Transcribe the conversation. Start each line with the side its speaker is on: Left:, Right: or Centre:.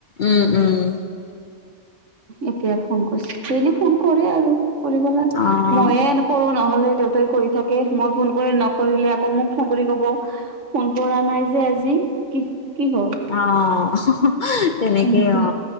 Left: উম উম।
Right: এতিয়া ফোন কৰিছে ডেইলি ফোন কৰে আৰু কৰিব লাগে
Left: অ'।
Right: ম‌ইয়েই কৰো। নহলে দেউতাই কৰি থাকে মই ফোন কৰি নকৰিলে আকৌ মোক। ফোন কৰি কব ফোন কৰা নাই যে আজি কি। কি হ'ল
Left: অঁ তেনেকেই
Right: এনেকে
Left: অ